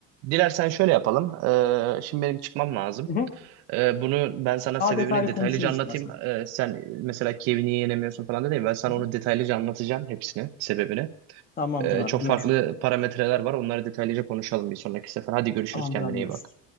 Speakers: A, on the right (about 55°); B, on the left (about 30°).
A: Dilersen şöyle yapalım. Ee, şimdi benim çıkmam lazım.
B: Hı hı.
A: Ee, bunu ben sana
B: Daha
A: sebebini
B: detaylı
A: detaylıca
B: konuşuruz
A: anlatayım.
B: istersen.
A: Ee, sen mesela Kiev'i niye yenemiyorsun falan dedin. ya, Ben sana
B: Hı hı.
A: onu detaylıca anlatacağım hepsini, sebebini.
B: Tamamdır
A: Ee,
B: abi
A: çok
B: görüşürüz.
A: farklı parametreler var. Onları detaylıca konuşalım bir sonraki sefer. Hadi görüşürüz.
B: Tamamdır
A: Kendine
B: abi görüşürüz.
A: iyi bak.